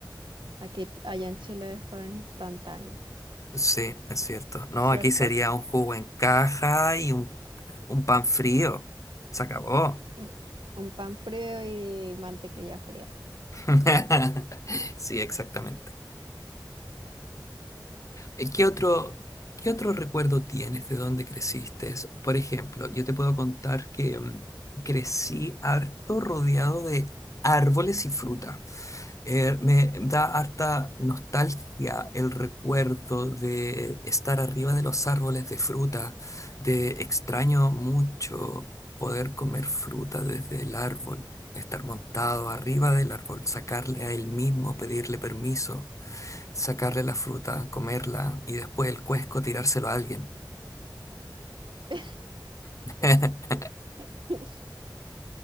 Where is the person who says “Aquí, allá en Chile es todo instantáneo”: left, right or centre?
Right